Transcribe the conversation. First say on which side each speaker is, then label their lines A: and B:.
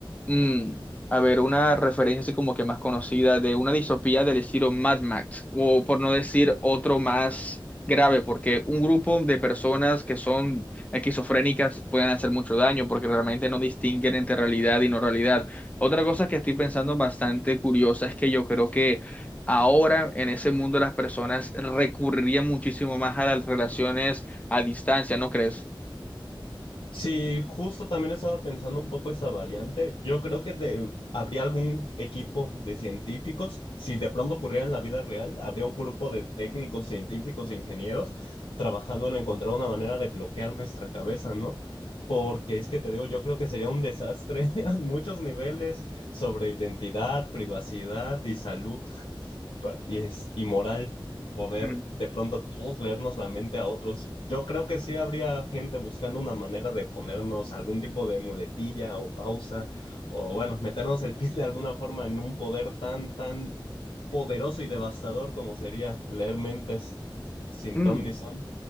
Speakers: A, on the left (about 15°); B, on the left (about 80°).
A: mm, a ver, una referencia así como que más conocida de una distopía del estilo Mad Max, o por no decir otro más grave, porque un grupo de personas que son esquizofrénicas pueden hacer mucho daño porque realmente no distinguen entre realidad y no realidad. Otra cosa que estoy pensando bastante curiosa es que yo creo que Ahora en ese mundo las personas recurrirían muchísimo más a las relaciones a distancia, ¿no crees?
B: Sí, justo también estaba pensando un poco esa variante. Yo creo que de- habría algún equipo de científicos, si de pronto ocurriera en la vida real, habría un grupo de técnicos, científicos e ingenieros trabajando en encontrar una manera de bloquear nuestra cabeza, ¿no? Porque es que te digo, yo creo que sería un desastre <laughs> a muchos niveles sobre identidad, privacidad y salud pa- y es inmoral poder
A: Mm.
B: de pronto todos leernos la mente a otros. Yo creo que sí habría gente buscando una manera de ponernos algún tipo de muletilla o pausa, o bueno, meternos el pie de alguna forma en un poder tan, tan poderoso y devastador como sería leer mentes sin
A: Mm.
B: ton ni son.